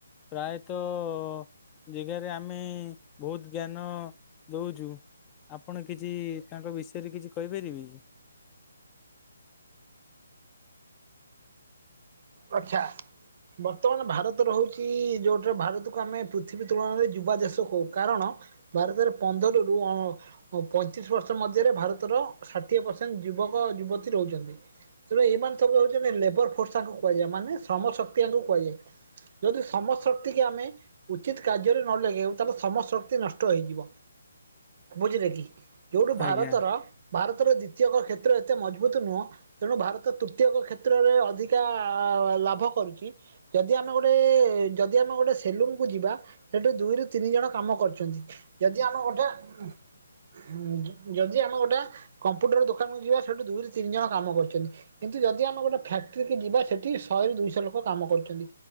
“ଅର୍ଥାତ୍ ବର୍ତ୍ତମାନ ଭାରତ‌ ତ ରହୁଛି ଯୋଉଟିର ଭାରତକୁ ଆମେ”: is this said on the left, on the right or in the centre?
Right